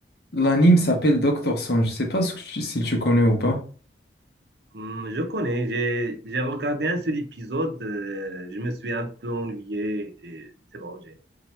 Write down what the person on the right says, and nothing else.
Hum, je connais, j'ai j'ai regardé un seul épisode, euh, je me suis un peu ennuyé et c'est bon, j'ai.